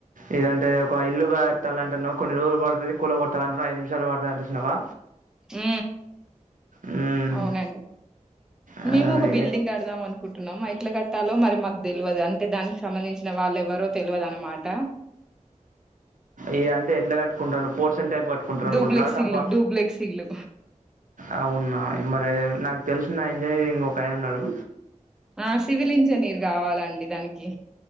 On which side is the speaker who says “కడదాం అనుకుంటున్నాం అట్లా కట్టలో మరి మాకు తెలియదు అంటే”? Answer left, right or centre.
Centre